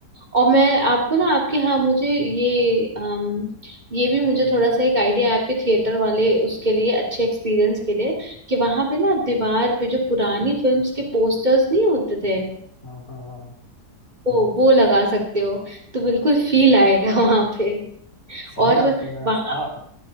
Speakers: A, on the right; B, on the left.
A: और मैं आपको ना आपके हाँ मुझे ये अम, ये भी मुझे थोड़ा सा एक आइडिया है आपके थिएटर वाले उसके लिए अच्छे एक्सपीरियंस के लिए कि वहां पे ना आप दीवार पे जो पुरानी फिल्म्स के पोस्टर्स नहीं होते थे
B: हाँ हाँ
A: वो वो लगा सकते हो तो बिल्कुल फील आएगा वहां पे
B: सही
A: और
B: बात है यार
A: वहाँ
B: आप